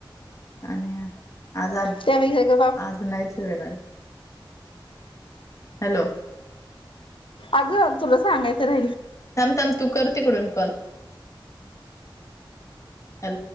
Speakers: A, on the left; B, on the left.
A: आणि आज आज
B: त्यापेक्षा ग बाप
A: आज नाहीच ते नाय हॅलो
B: अगं तुला सांगायचं राहील
A: थांब थांब तू कर तिकडून कॉल हॅलो